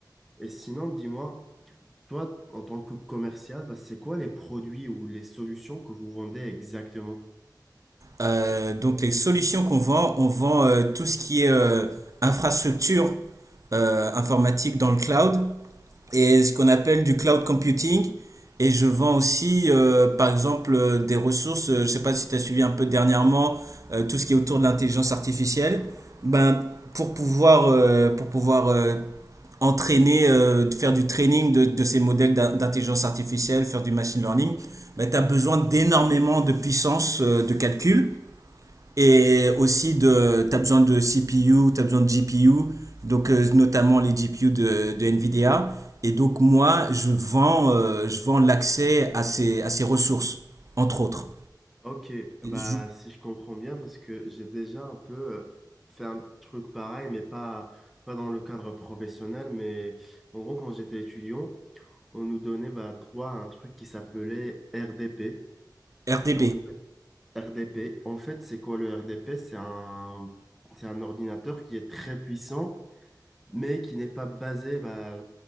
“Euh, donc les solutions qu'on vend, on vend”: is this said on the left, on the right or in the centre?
Right